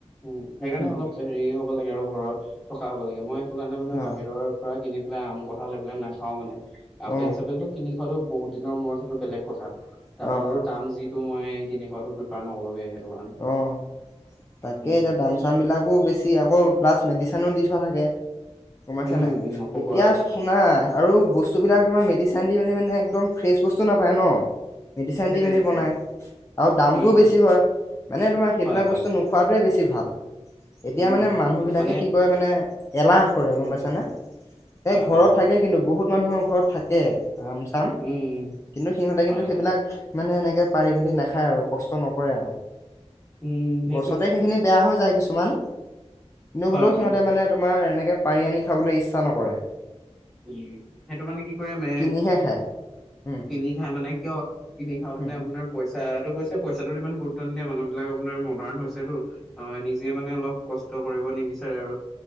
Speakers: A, in the centre; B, on the left.
A: উ সেইকাৰণে
B: উম
A: অলপ হেৰি হ'ব লাগে আৰু ঘৰত থকা হ'ব লাগে মই টোকাৰণে মানে
B: অ
A: বাহিৰৰ পৰা কিনি পেলাই আম কঁঠাল এইবিলাক নাখাও মানে,
B: অ
A: আপেল চাপেলটো কিনি খোৱাটো বহুত দিনৰ মূৰত সেইটো বেলেগ কথা,
B: অ
A: আপেলৰ তাম যিটো মই কিনি খোৱাটো প্ৰিফাৰ নকৰোৱে। কাৰণে
B: অ', তাকে
A: উম
B: এতিয়া দাম চাম বিলাকো বেছি আকৌ প্লাছ মেডিচনো দি থোৱা থাকে, গম পাইছা
A: উম,
B: নাই?
A: উম, নক'ব
B: এতিয়া
A: আৰু।
B: শুনা আৰু বস্তুবিলাক তুমা মেডিচান দি মেনি মানে একদম ফ্ৰেচ বস্তু নাপাই ন? মেডিচিন
A: সেইটোৱে,
B: দি মেলি
A: সেইটোৱে,
B: বনাই,
A: সেইটোৱে।
B: আৰু দামটোও
A: উম,
B: বেছি হয়। মানে তোমাৰ সেইবিলাক
A: হয়, হয়,
B: বস্তু নোখোৱাটোৱে বেছি ভাল। এতিয়া
A: উম,
B: মানে মানুহবিলাকে
A: মানে
B: কি কৰে মানে এলাহ কৰে
A: উম,
B: গম পাইছানে?
A: হয়,
B: এ ঘৰত
A: হয়, হয়,
B: থাকে কিন্তু বহুত মানুহৰ ঘৰত থাকে আম-চাম।
A: উম, উম,
B: কিন্তু সিহঁতে
A: হয়,
B: কিন্তু
A: হয়,
B: সেইবিলাক মানে এনেকে পাৰি-মেলি নাখায় আৰু কষ্ট নকৰে আৰু।
A: উম, সেইটোৱে,
B: গছতে সেখিনি বেয়া হৈ যায় কিছুমান। নো'
A: হয়,
B: হ'লেও সিহঁতে
A: হয়,
B: মানে তোমাৰ এনেকে পাৰি আনি খাবলে ইচ্ছা নকৰে।
A: উম্, সেইটো মানে কি কৰে মে,
B: কিনিহে খায় উম।
A: কিনি খাই মানে কিয়- কিনি খাওঁতেনে
B: উম,
A: আপোনাৰ পইচা-টো গৈছে পইচাটোত ইমান গুৰুত্ব নিদিয়ে মানুহবিলাক আপোনাৰ মডাৰ্ণ হৈছেতো। অ' নিজে মানে অলপ কষ্ট কৰিব নিবিচাৰে আৰু,